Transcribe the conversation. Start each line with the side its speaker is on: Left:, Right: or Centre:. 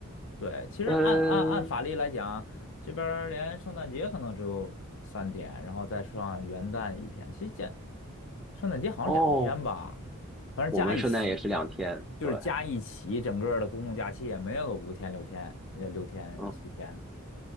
Left: 对，其实按按按法律来讲，
Centre: 嗯，
Left: 这边儿连圣诞节可能只有三天，然后再上元旦一天，其实这圣诞节好像两天吧，
Centre: 哦，
Left: 反正加一起，
Centre: 我们圣诞也是两天，
Left: 就是加一起，
Centre: 对，
Left: 整个的公共假期也没有个五天六天，呃，六天七天的。
Centre: 嗯，